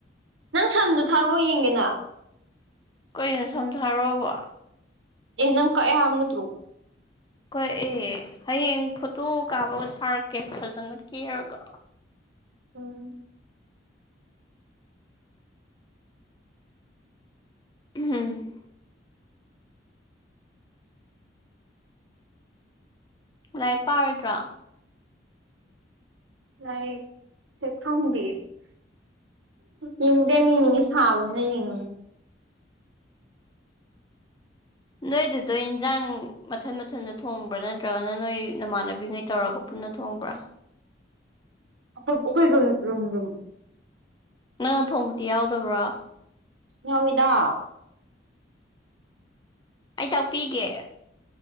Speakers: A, on the right; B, on the left.
A: ꯅꯪ ꯁꯝꯗꯨ ꯊꯥꯔꯛꯑꯣ ꯌꯦꯡꯒꯦꯅ
B: ꯀꯩꯅꯣ ꯁꯥꯝ ꯊꯥꯔꯛꯑꯣꯕꯣ
A: ꯑꯦ ꯅꯪ ꯀꯛꯑꯦ ꯍꯥꯏꯕ ꯅꯠꯇ꯭ꯔꯣ
B: ꯀꯛꯑꯦ ꯍꯌꯦꯡ ꯐꯣꯇꯣ ꯀꯥꯞꯄꯒ ꯊꯥꯔꯛꯀꯦ ꯐꯖꯅ ꯀꯦꯔꯒ
A: ꯎꯝ
B: ꯎꯝ ꯂꯥꯏꯔꯤꯛ ꯄꯥꯔꯣꯏꯗ꯭ꯔꯣ
A: ꯂꯥꯏꯔꯤꯛꯁꯦ ꯈꯪꯗꯦꯌꯦ ꯌꯦꯡꯗꯦ ꯌꯥꯝ ꯌꯦꯡꯅꯤꯡꯉꯤ ꯁꯥꯕꯅꯤꯅ ꯌꯦꯡꯅꯤꯡꯉꯤ
B: ꯅꯣꯏꯗꯨꯗꯣ ꯏꯟꯖꯥꯡ ꯃꯊꯟ ꯃꯊꯟꯗ ꯊꯣꯡꯕ꯭ꯔꯥ ꯅꯠꯇ꯭ꯔꯒꯅ ꯅꯣꯏ ꯅꯃꯥꯟꯅꯕꯤꯉꯩ ꯇꯧꯔꯒ ꯄꯨꯟꯅ ꯊꯣꯡꯕ꯭ꯔꯥ
A: ꯈꯣꯏ ꯑꯣꯈꯣꯏ ꯔꯣ ꯔꯨꯝ ꯔꯨꯝ
B: ꯅꯪꯅ ꯊꯣꯡꯕꯗꯤ ꯌꯥꯎꯗꯕ꯭ꯔꯣ꯫
A: ꯌꯥꯎꯋꯤꯗ
B: ꯑꯩ ꯇꯥꯛꯄꯤꯒꯦ꯫